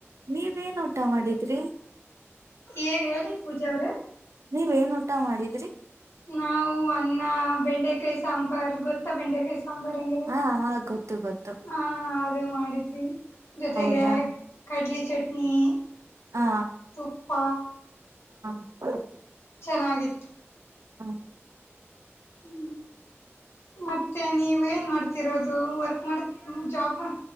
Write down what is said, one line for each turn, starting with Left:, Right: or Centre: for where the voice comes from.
Right: ನೀವೇನ್ ಊಟ ಮಾಡಿದ್ರಿ.
Left: ಏ ಹೇಳಿ ಪೂಜೆ ಅವ್ರ.
Right: ನೀವ್ ಏನ್ ಊಟ ಮಾಡಿದ್ರಿ.
Left: ನಾವು ಅನ್ನ ಬೆಂಡೆಕಾಯಿ ಸಾಂಬಾರ್ ಗೊತ್ತಾ ಬೆಂಡೆಕಾಯಿ. ಸಾಂಬಾರ ಅಂದ್ರೆ
Right: ಹಾ ಹಾ ಗೊತ್ತು ಗೊತ್ತು
Left: ಹ. ಮಾಡಿದ್ವಿ ಜೊತೆಗೆ
Right: ಹೌದಾ
Left: ಕಡ್ಲಿ ಚಟ್ನಿ.
Right: ಹ
Left: ತುಪ್ಪ.
Right: ಹಾಗಯು
Left: ಚೆನ್ನಾಗಿತ್ತು.
Right: ಹ
Left: ಹೂ ಮತ್ತೆ ನೀವು ಏನ್ ಮಾಡ್ತಿರೋದು ವರ್ಕ್ ಮಾಡ ಜಾಬ್ ಮಾಡ.